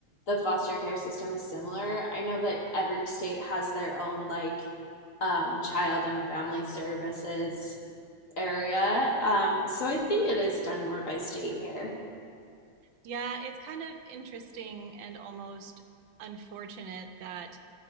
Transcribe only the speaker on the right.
Yeah, it's kind of interesting and almost unfortunate that